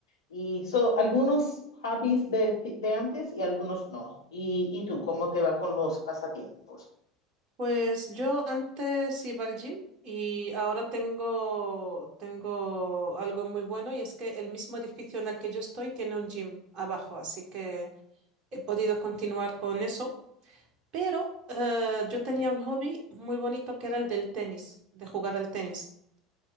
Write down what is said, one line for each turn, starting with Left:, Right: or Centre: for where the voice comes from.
Left: Y son algunos hobbies de, ti- de, antes y algunos no. ¿Y, ¿Y tú cómo te va con los pasatiempos?
Right: Pues yo antes iba al gym y ahora tengo, tengo algo muy bueno y es que el mismo edificio en el que yo estoy tiene un gym abajo, así que he podido continuar con eso. Pero eh, yo tenía un hobby muy bonito que era el del tenis, de jugar al tenis.